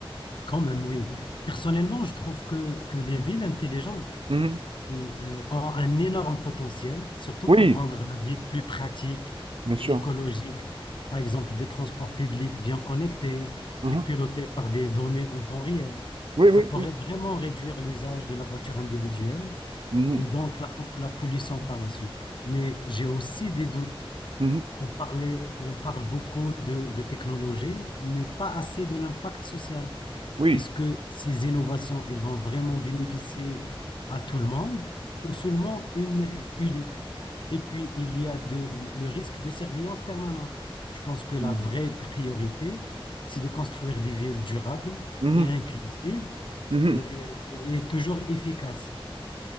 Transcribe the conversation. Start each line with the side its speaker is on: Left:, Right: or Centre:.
Left: Quand même, oui. Personnellement, je trouve que, que les villes intelligentes
Right: Mhm.
Left: et, euh, ont un énorme potentiel, surtout
Right: Oui,
Left: pour rendre la vie plus pratique
Right: bien
Left: et
Right: sûr.
Left: écologique. Par exemple, des transports publics bien connectés
Right: Mhm.
Left: et pilotés par des données en temps réel.
Right: Oui, oui,
Left: Ça pourrait
Right: oui.
Left: vraiment réduire l'usage de la voiture individuelle
Right: Mhm,
Left: et donc la, po- la pollution par la suite. Mais j'ai aussi des doutes
Right: mhm,
Left: On parlait, on parle beaucoup de, de technologie, mais pas assez de l'impact social.
Right: oui.
Left: Est-ce que ces innovations, elles vont vraiment bénéficier à tout le monde ou seulement une élite? Et puis, il y a de- le risque de surveillance permanente. Je pense que la
Right: Mhm,
Left: vraie priorité, c'est de construire des villes durables
Right: mhm.
Left: et inclusives
Right: mhm.
Left: et, et- et toujours efficaces.